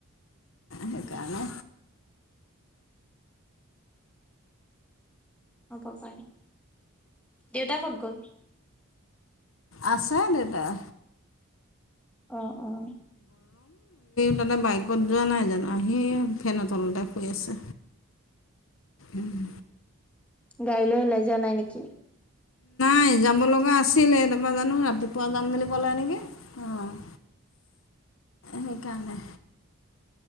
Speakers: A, on the left (about 65°); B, in the centre.
A: সেইকাৰণে
B: উম। হ'ব পাৰে। দেউতা ক'ত গ'ল?
A: আছে দেউতাই।
B: অ', অ'।
A: তাতে বাইকত যোৱা নাই জানো, আহি ফেনৰ তলতে শুই আছে। উম।
B: গাড়ীলৈ ওলাই যোৱা নাই নেকি?
A: নাই যাব লগা আছিলে তাৰপা জানো ৰাতিপুৱা যাম বুলি ক'লে নেকি অ'। সেইকাৰণে।